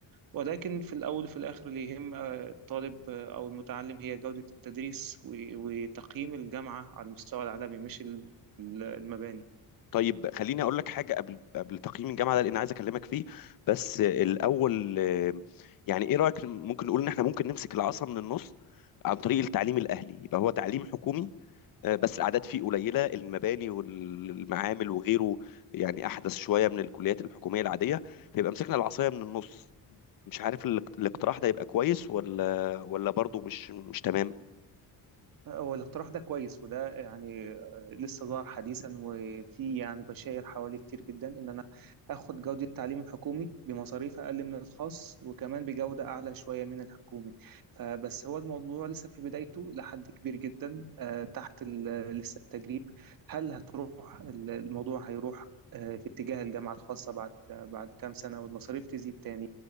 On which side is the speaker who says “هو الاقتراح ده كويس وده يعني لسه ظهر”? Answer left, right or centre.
Right